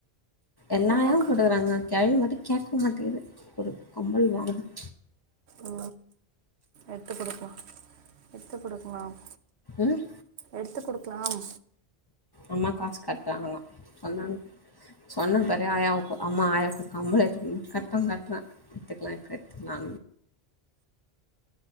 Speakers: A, on the left; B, on the right.
A: எல்லா
B: எனக்கு
A: ஆயாவும் போட்டுக்கறாங்க கிழவி மட்டும் கேட்க மாட்டேங்கது ஒரு கம்பல் வாங்கணும்
B: ஓ எத்து கொடுப்போ எத்து கொடுக்கலாம்
A: ம்
B: எடுத்து கொடுக்கலாம்
A: அம்மா காசு கட்ராங்கலா சொன்னாங்க சொன்ன பற ஆயாவுக்கு அம்மா ஆயாவுக்கு கம்பள எடுத்து கட்ற கட்ற எடுத்துக்கலா இப்ப எடுத்துக்கலா